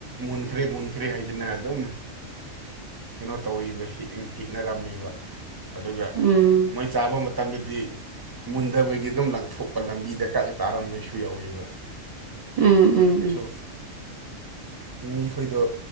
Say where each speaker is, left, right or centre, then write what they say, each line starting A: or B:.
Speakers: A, on the right; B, on the right.
A: ꯃꯨꯟꯈ꯭ꯔꯦ ꯃꯨꯟꯈ꯭ꯔꯦ ꯍꯥꯏꯗꯅ ꯑꯗꯨꯝ ꯀꯩꯅꯣ ꯇꯧꯋꯕ ꯍꯤꯛꯅꯔꯝꯃꯤꯕ ꯑꯗꯨꯒ
B: ꯎꯝ
A: ꯃꯣꯏ ꯆꯥꯕ ꯃꯇꯝꯗꯗꯤ ꯃꯨꯟꯗꯕꯒꯤ ꯑꯗꯨꯝ ꯂꯪꯊꯣꯛꯄ ꯂꯝꯕꯤꯗ ꯀꯛ ꯇꯥꯔꯝꯕꯁꯨ ꯌꯥꯎꯋꯦꯕ
B: ꯎꯝ ꯎꯝ
A: ꯑꯩꯁꯨ
B: ꯎꯝ
A: ꯃꯤꯈꯣꯏꯗꯣ